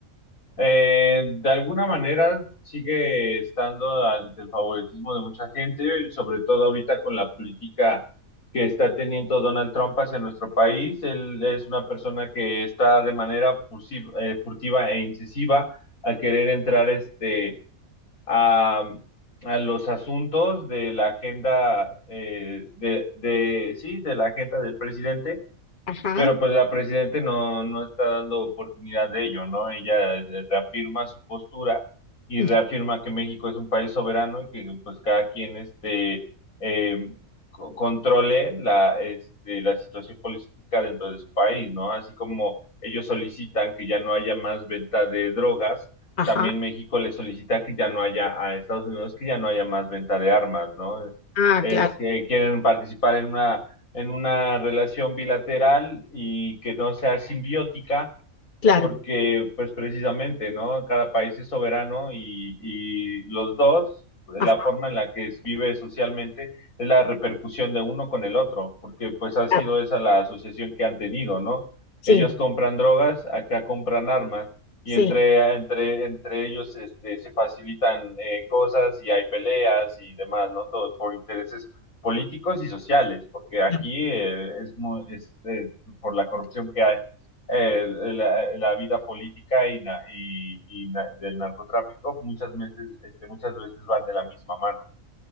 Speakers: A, on the left (about 80°); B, on the left (about 40°).
A: Eh, de alguna manera sigue estando ante el favoritismo de mucha gente, sobre todo ahorita con la política que está teniendo Donald Trump hacia nuestro país. Él es una persona que está de manera fusi- eh, furtiva e incisiva a querer entrar este, a, a los asuntos de la agenda eh, de, de, sí, de la agenda del presidente
B: Ajá,
A: pero pues la presidente no, no está dando oportunidad de ello, ¿no? Ella eh, reafirma su postura y
B: mm,
A: reafirma que México es un país soberano y que pues cada quien este, eh, co- controle la, este, la situación política dentro de su país, ¿no? Así como ellos solicitan que ya no haya más venta de drogas,
B: ajá.
A: también México le solicita que ya no haya a Estados Unidos que ya no haya más venta de armas, ¿no? Es,
B: Ah,
A: es
B: claro,
A: que quieren participar en una en una relación bilateral y que no sea simbiótica,
B: claro.
A: porque pues precisamente, ¿no? Cada país es soberano y, y los dos, la
B: Ajá,
A: forma en la que es- vive socialmente es la repercusión de uno con el otro, porque pues ha sido
B: claro.
A: esa la asociación que han tenido, ¿no?
B: Sí,
A: Ellos compran drogas, acá compran armas y
B: sí.
A: entre, entre, entre ellos este, se facilitan eh, cosas y hay peleas y demás, ¿no? Todo por intereses políticos y sociales, porque aquí
B: no.
A: eh, es, mu- es eh, por la corrupción que hay eh, la, la, vida política y, na, y, y na, del narcotráfico muchas veces, este, muchas veces van de la misma mano.